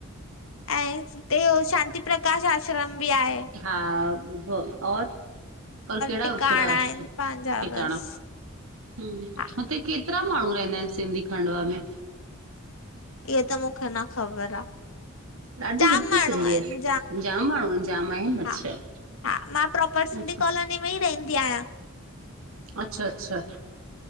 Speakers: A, on the left (about 65°); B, on the right (about 70°).
A: अएं इते हो शांती प्रकाश आश्रम बि आहे।
B: हा, ॿुधो आ मां, और, और केढ़ा
A: टिकाणा
B: केढ़ा
A: आहिनि पंहिंजा
B: टिकाणा?
A: बस
B: हूं,
A: हा
B: हुते केतरा माण्हूं रहंदा एन सिंधी, खंडवा में?
A: इए त मूखे न ख़बर आ।
B: ॾाढी
A: जाम
B: घट
A: माण्हू
B: सिंधी
A: आहिनि
B: एन, जाम माण्हूंअन, जाम आहिन
A: हा
B: अच्छा।
A: हा, मां प्रौपर सिंधी
B: अच्छा
A: कॉलोनी में ई रहिंदी आयां।
B: अच्छा अच्छा,